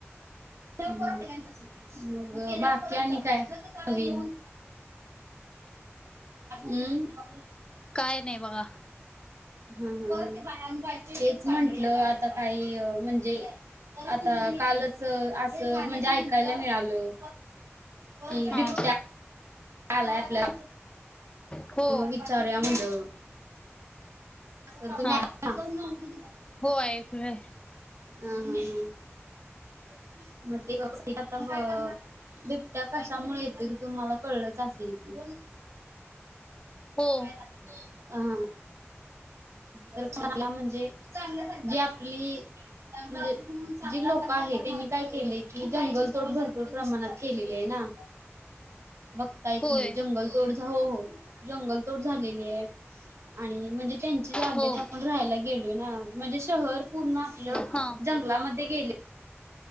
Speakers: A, on the right; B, on the left.
A: हम्म मग बाकी आणि काय नवीन? अम्? हा
B: काय नाही बघा
A: हा हा, तेच म्हटलं आता काही अ, म्हणजे आता कालचं असं म्हणजे ऐकायला मिळालं. कि
B: हा
A: बिबट्या आलाय आपल्या
B: हो
A: विचारूया म्हणलं. <unintelligible>
B: हा हो ऐकलय.
A: हा हा हा. <unintelligible> बिबट्या कशामुळे येतोय ते तुम्हाला कळलंच असेल की?
B: हो.
A: हा हा. तर कोणाला म्हणजे, जी आपली म्हणजे जी लोक आहे त्यांनी काय केलंय, की जंगल तोड भरपूर प्रमाणात केलेली आहे ना.
B: <inaudible>
A: बघताय
B: होय
A: तुम्ही जंगल तोड हो हो, जंगल तोड झालेली आहे आणि म्हणजे त्यांची जागेत
B: हो
A: आप आपण राहायला गेलोय ना, म्हणजे शहर पूर्ण आपलं
B: हा
A: जंगलामध्ये गेलय.